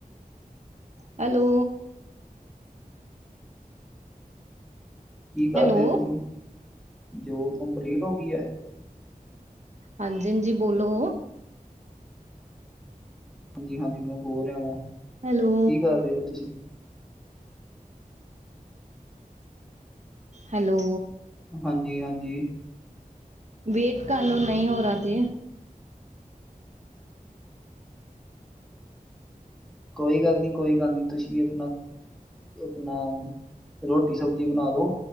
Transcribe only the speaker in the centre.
ਕੀ ਕਰਦੇ
ਤੁਸੀਂ ਜੋਬ ਕੰਪਲੀਟ ਹੋ ਗਈ ਹੈ।
ਹਾਂਜੀ ਹਾਂਜੀ ਮੈਂ ਬੋਲ ਰਿਹਾ ਵਾਂ
ਕੀ ਕਰ ਰਹੇ ਹੋ ਤੁਸੀਂ
ਹਾਂਜੀ-ਹਾਂਜੀ,
ਕੋਈ ਗੱਲ ਨੀ, ਕੋਈ ਗੱਲ ਨੀ ਤੁਸੀਂ ਆਪਣਾ ਆਪਣਾ ਰੋਟੀ ਸਬਜ਼ੀ ਬਣਾ ਦੋ,